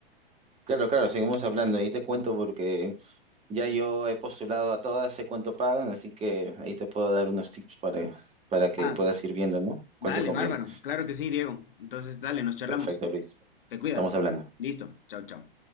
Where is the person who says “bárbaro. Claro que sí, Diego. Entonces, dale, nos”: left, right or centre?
Left